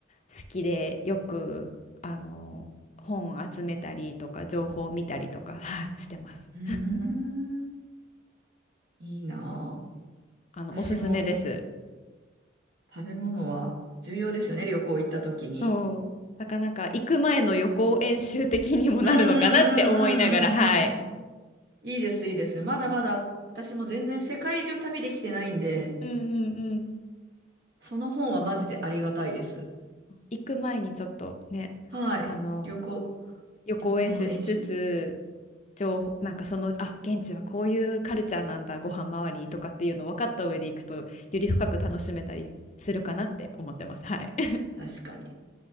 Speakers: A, on the left; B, on the right.
A: 好きでよくあの本集めたりとか情報を見たりとか、はい、してます。
B: うーん。いいな
A: あのおすすめです。
B: ぁ。私も食べ物は重要ですよね、旅行行った時に。
A: そう。だからなんか行く前の予行演習的にもなるのかなって思いながら、
B: うんうんうんうんうんうん。
A: はい。
B: いいです、いいです。まだまだ私も全然世界中旅できてないんで、
A: うんうんうん。
B: その本はマジでありがたいです。
A: 行く前にちょっとね、
B: はい。
A: あの
B: 旅行、
A: 予行演習しつつ
B: 旅行の練習
A: 情報なんかそのあ現地はこういうカルチャーなんだご飯周りとかっていうのを分かった上で行くとより深く楽しめたりするかなって思ってます。はい。<laughs>
B: 確かに。